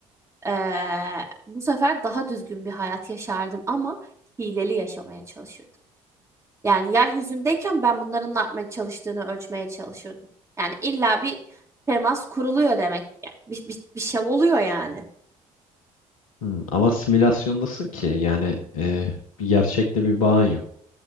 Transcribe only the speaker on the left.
Hmm, Ama simülasyondasın ki yani ee, bir gerçekte bir bağın yok.